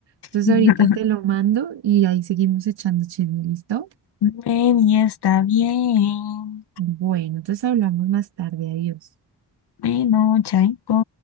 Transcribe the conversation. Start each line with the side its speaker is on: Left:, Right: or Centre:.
Right: Entonces
Left: <laughs>
Right: ahorita te lo mando y ahí seguimos echando chisme, ¿listo?
Left: Bueno, ya está bien.
Right: Bueno, entonces hablamos más tarde. Adiós.
Left: Bueno, chaito.